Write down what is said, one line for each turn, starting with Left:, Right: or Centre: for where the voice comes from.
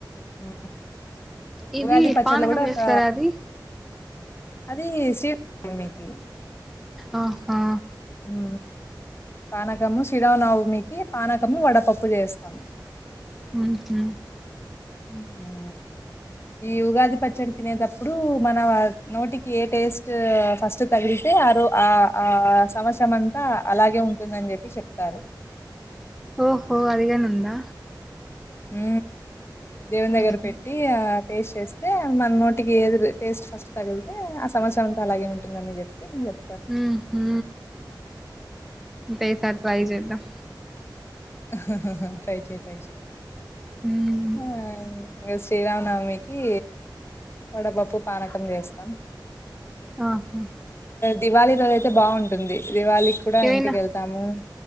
Left: ఉ
Centre: ఇది
Left: ఉగాది పచ్చడి
Centre: పానకం
Left: లో కూడా
Centre: చేస్తారా
Left: ఒక
Centre: అది
Left: అది శ్రీ రామనవమి కి
Centre: ఆహా
Left: ఊ పానకము శ్రీరామ నవమి కి పానకము, వడపప్పు చేస్తాం.
Centre: ఊహు
Left: అమ్మో
Centre: <inaudible>
Left: ఈ ఉగాది పచ్చడి తినేతప్పుడు మన నోటికి ఏ టేస్ట్ ఫస్ట్ తగిలితే ఆ ఓ ఆ ఆ ఆ సంవత్సరమంతా అలాగే ఉంటుందని చెప్పి చెప్తారు
Centre: ఓహో అదిగానీ ఉందా
Left: హూ దేవునిదగ్గర
Centre: మ్హు
Left: పెట్టి ఆ టేస్ట్ చేస్తే మన నోటికి ఏది టేస్ట్ ఫస్ట్ తగిలితే ఆ సంవత్సరమంతా అలాగే ఉంటుందని చెప్పి చెప్
Centre: ఊహు అంతే ఈ సారి ట్రై చేద్దాం
Left: అహ హ హ ట్రై చెయ్ ట్రై చెయ్
Centre: ఉమ్
Left: ఆ ఇగ శ్రీరామనవమికి వడపప్పు, పానకం చేస్తాం.
Centre: ఆహా
Left: దివాళీ రోజు అయితే బాగుంటుంది దివాలి కూడ
Centre: ఏవైనా
Left: ఇంటికి వెళ్తాము